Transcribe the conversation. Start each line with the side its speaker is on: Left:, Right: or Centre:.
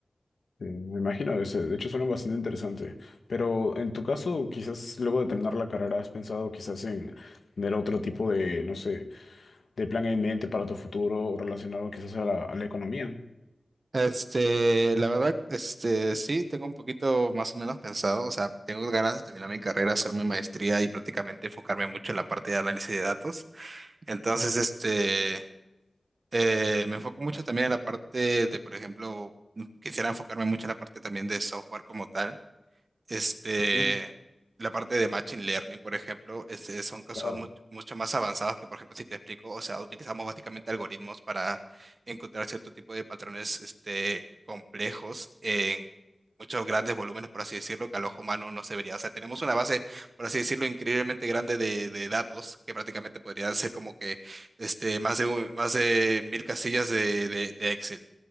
Left: Sí, me imagino, ese- de hecho suena bastante interesante, pero en tu caso, quizás luego de terminar la carrera, ¿has pensado quizás en tener otro tipo de, no sé, de plan en mente para tu futuro relacionado quizás a la, a la economía?
Right: Este, la verdad, este, sí, tengo un poquito más o menos pensado, o sea, tengo ganas de terminar mi carrera, hacer mi maestría y prácticamente enfocarme mucho en la parte de análisis de datos. Entonces, este, eh, me enfoco mucho también en la parte de, por ejemplo, quisiera enfocarme mucho en la parte también de software como tal. Este,
Left: Ujú.
Right: la parte de Machine Learning, por ejemplo, este, son cosas
Left: Claro,
Right: mu- mucho más avanzadas que, por ejemplo, si te explico, o sea, utilizamos básicamente algoritmos para encontrar cierto tipo de patrones este, complejos en muchos grandes volúmenes, por así decirlo, que al ojo humano no se vería. O sea, tenemos una base, por así decirlo, increíblemente grande de, de datos, que prácticamente podría ser como que este, más de, un- más de mil casillas de, de de Excel.